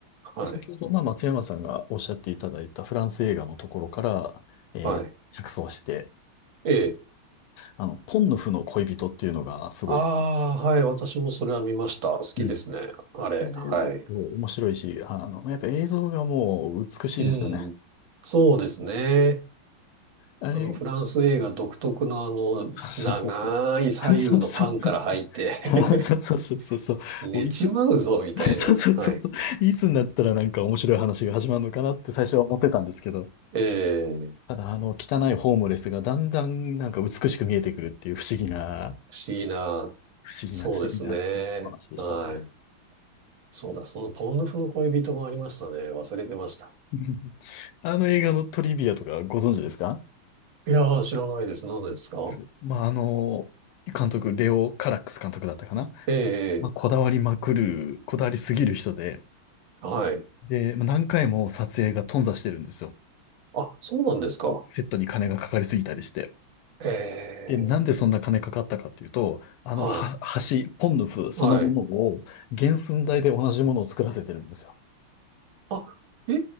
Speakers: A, on the right; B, on the left.
A: はい、
B: 先ほど、まあ、松山さんがおっしゃっていただいたフランス映画のところから、えー着想して、
A: はい。ええ。
B: あの、ポンヌフの恋人っていうのがすごい、
A: ああ、はい。私もそれは見ました。好きですね。
B: うん。
A: あれ。
B: あれ、
A: はい。
B: 面白いし、あの、やっぱ映像がもう美しいですよね。
A: うん。そうですね。
B: あれ、
A: あの、フランス映画独特のあの、
B: そうそうそうそう。
A: 長い左右のパンから入って
B: <laughs> そうそうそうそう。<laughs> そうそうそうそうそう。
A: <laughs> 寝ちまうぞ、
B: もういつ、<laughs>
A: みたいな。
B: そうそうそうそう。
A: はい。
B: いつになったらなんか面白い話が始まるのかなって最初は思ってたんですけど、
A: そう。ええ
B: ただあの汚いホームレスがだんだんなんか美しく見えてくるっていう不思議な
A: 不思議な。
B: 不思議な、
A: そうですね。
B: 不思議な、そのお話でしたね。
A: はい。そうだ、そのポンドフの恋人もありましたね。忘れてました。
B: <laughs> あの映画のトリビアとかご存知ですか
A: いやー、知らないです。何ですか
B: そうまあ、あの、監督、レオ・カラックス監督だったかな。
A: ええええ
B: まあ、こだわりまくる、こだわりすぎる人で、
A: はい。
B: で、まあ何回も撮影が頓挫してるんですよ。
A: あ、そうなんですか。
B: そうセットに金がかかりすぎたりして。
A: ええ
B: で、なんでそんな金かかったかっていうと、あのは橋、
A: は
B: ポンヌフそのものを原寸大で同じものを作らせてるんですよ。
A: い。はい。あ、え